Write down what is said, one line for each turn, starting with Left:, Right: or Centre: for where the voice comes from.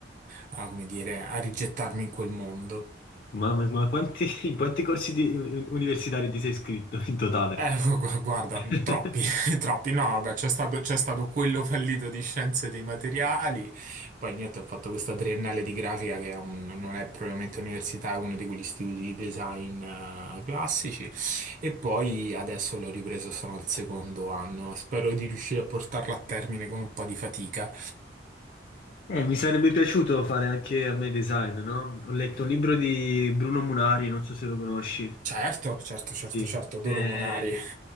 Right: a, come dire, a rigettarmi in quel mondo.
Left: Mamma mia, ma quanti, <laughs> in quanti corsi di- universitari ti sei iscritto in totale?
Right: Eh, gu- guarda,
Left: <laughs>
Right: mm, troppi, <laughs> troppi. No, vabbè, c'è stato, c'è stato quello fallito di scienze dei materiali, poi niente, ho fatto questa triennale di grafica che è un- non è propriamente università, è uno di quegli istituti di design eh, classici e poi adesso l'ho ripreso, sono al secondo anno. Spero di riuscire a portarla a termine con un po' di fatica.
Left: Eh, mi sarebbe piaciuto fare anche a me design, no? Ho letto un libro di Bruno Munari, non so se lo conosci.
Right: Certo, certo, certo,
Left: Sì.
Right: certo, adoro
Left: Eh,
Right: Monari.